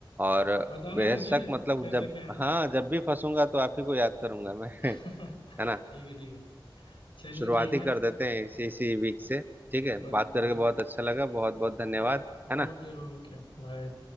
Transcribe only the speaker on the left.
बताना
मुझे
कैसा
क्या है
<laughs> ठीक
है ठीक है चलिए
ठीक
है
बत
बत
ओके
ओके बाय